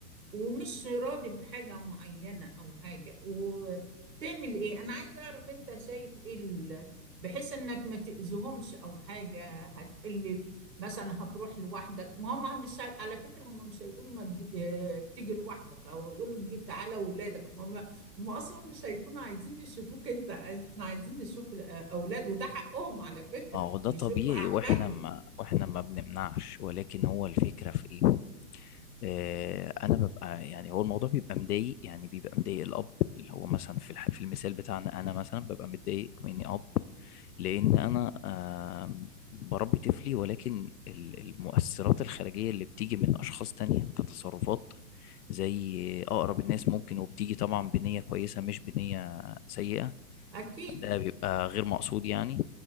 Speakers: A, on the right (about 85°); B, on the left (about 70°).
A: ومش راضي بحاجة معينة أو حاجة وتعمل إيه؟ أنا عايزة أعرف أنت شايف إيه ال- بحيث إنك ما تأذيهمش أو حاجة هتقلل مثلا هتروح لوحدك ما هم مش هي- على فكرة هم مش هيقولوا ما تجي... آه، تيجي لوحدك أو هيقولوا تجي تعالى ولادك هم... هم أصلا مش هيكونوا عايزين يشوفوك أنت إحنا عايزين نشوف الأولاد وده حقهم على فكرة
B: ما هو ده
A: يشوفوا
B: طبيعي
A: أحفادهم
B: واحنا ما واحنا ما بنمنعش ولكن هو الفكرة في ايه آه، انا ببقى يعني هو الموضوع بيبقى مضايق يعني بيبقى مضايق الاب اللي هو مثلا في الح- في المثال بتاعنا انا مثلا ببقى متضايق مني اب لان انا آم، بربي طفلي ولكن ال- المؤثرات الخارجيه اللي بتيجي من اشخاص تانية كتصرفات زي اقرب الناس ممكن وبتيجي طبعا بنيه كويسه مش بنيه سيئه
A: أكيد
B: ده بيبقى غير مقصود يعني